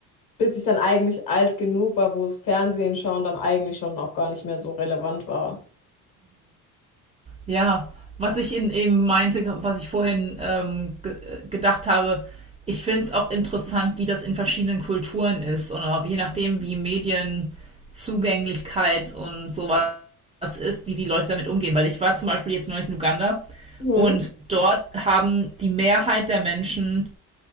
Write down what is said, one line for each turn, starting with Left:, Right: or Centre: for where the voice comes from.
Left: bis ich dann eigentlich alt genug war, wo Fernsehen schauen dann eigentlich schon auch gar nicht mehr so relevant war.
Right: ja. Was ich in, eben meinte, was ich vorhin ähm, ge gedacht habe, ich finde es auch interessant, wie das in verschiedenen Kulturen ist und auch je nachdem, wie Medienzugänglichkeit und sowas ist, wie die Leute damit umgehen. Weil ich war zum Beispiel jetzt neulich in Uganda
Left: Mhm.
Right: und dort haben die Mehrheit der Menschen